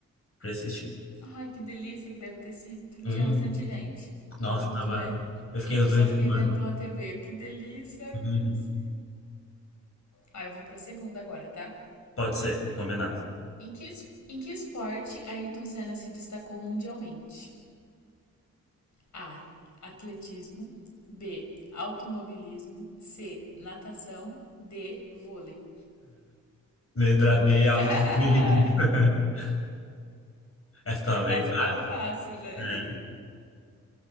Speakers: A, on the left; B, on the left.
A: pra assistir.
B: Ai, que delícia que deve ter sido.
A: Hum,
B: Tinha bastante gente.
A: nossa,
B: Muito,
A: tava.
B: né?
A: Eu fiquei
B: Eu
A: as duas
B: só fiquei
A: semanas.
B: vendo pela TV. Que delícia, ai
A: Uhum.
B: meu Deus. Ah, eu vou pra segunda agora, tá?
A: Pode ser, combinado.
B: Em que, em que esporte Ayrton Senna se destacou mundialmente? A. Atletismo. B. Automobilismo. C. Natação. D. Vôlei.
A: Letra B
B: <laughs>
A: é algo difícil. <laughs> Essa tava bem
B: Essa
A: fácil.
B: tava fácil, né?
A: né?